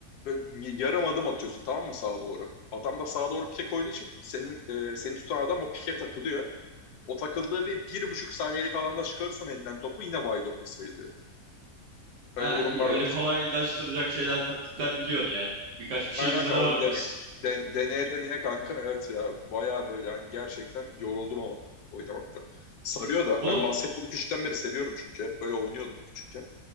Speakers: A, on the left; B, on the right.
A: böyle mi- yarım adım atıyorsun tamam mı sağa doğru? Adam da sağa doğru pike koyduğu için senin e, seni tutan adam o pike takılıyor. O takıldığı bir, bir buçuk saniyelik alanda çıkarırsan elinden topu yine wide open sayılıyor. Böyle
B: Ha
A: durumlar
B: iyi
A: var.
B: öyle kolaylaştıracak şeyler taktikler biliyorsun yani. Birkaç bir şey
A: Aynen
B: bizde
A: aynen
B: de
A: onu
B: var
A: dene,
B: diyorsun.
A: den- deneye deneye kanka evet ya baya böyle hani gerçekten yoruldum ama oynamakta. Sarıyor
B: <laughs>
A: da
B: Oğlum
A: ben basketbolu küçükten beri seviyorum çünkü hep böyle oynuyordum küçükken.